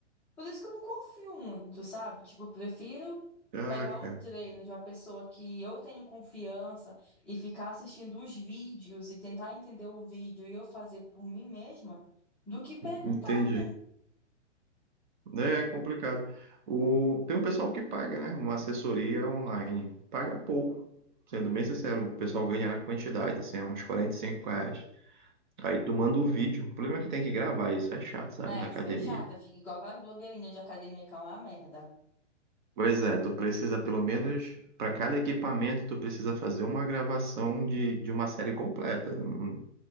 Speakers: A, in the centre; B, on the right.
A: Por isso que eu não confio muito, sabe? Tipo, eu prefiro
B: Ah,
A: pegar o
B: cara.
A: treino de uma pessoa que eu tenho confiança e ficar assistindo os vídeos e tentar entender o vídeo e eu fazer por mim mesma do que perguntar.
B: Entendi.
A: pra um-
B: É complicado. O, tem um pessoal que paga, né? Uma assessoria online. Paga pouco. Sendo bem sincero, o pessoal ganha na quantidade, assim, é uns 45 reais. Aí tu manda o vídeo. O problema é que tem que gravar isso, é chato, sabe?
A: É,
B: Na
A: isso
B: academia.
A: é chato, fica igual aquelas blogueirinhas de academia que é uma merda.
B: Pois é, tu precisa pelo menos, para cada equipamento, tu precisa fazer uma gravação de, de uma série completa. Hum,